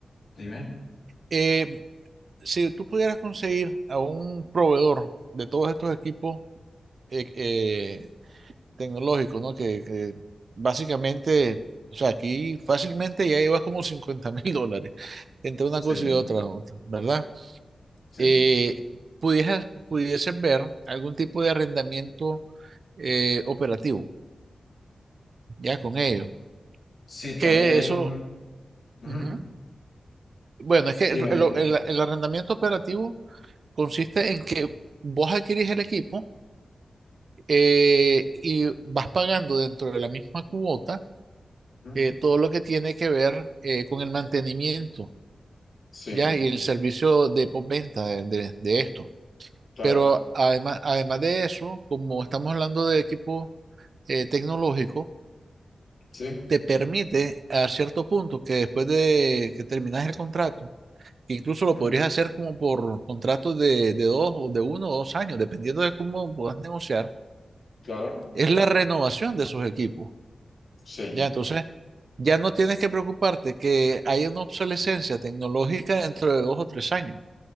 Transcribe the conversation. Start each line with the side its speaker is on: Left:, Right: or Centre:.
Left: Dime.
Right: Eh, si tú pudieras conseguir a un proveedor de todos estos equipos, eh, eh, tecnológico, ¿no? Que, que básicamente, o sea, aquí fácilmente ya llevas como 50 <laughs> mil dólares entre una cosa
Left: Sí,
Right: y otra, otra, ¿verdad?
Left: sí.
Right: Eh, pudieses, pudieses ver algún tipo de arrendamiento eh, operativo, ya con ello.
Left: Sí,
Right: Que
Left: también hay
Right: eso,
Left: un... Ujú.
Right: ujú. Bueno, es que
Left: Dime,
Right: el, el-
Left: dime.
Right: el- el arrendamiento operativo consiste en que vos adquirís el equipo eh, y vas pagando dentro de la misma cuota
Left: Ujú.
Right: eh, todo lo que tiene que ver eh, con el mantenimiento,
Left: Sí,
Right: ¿ya? Y el servicio de postventa de, de- de esto.
Left: claro.
Right: Pero además, además de eso, como estamos hablando de equipo eh, tecnológico,
Left: Sí,
Right: te permite a cierto punto que después de que terminas el contrato, que incluso lo
Left: Ujú.
Right: podrías hacer como por contratos de, de dos o de uno o dos años, dependiendo de cómo puedas negociar,
Left: claro.
Right: es la renovación de esos equipos.
Left: Sí,
Right: Ya, entonces, ya no tienes que preocuparte que hay una obsolescencia tecnológica dentro de dos o tres años.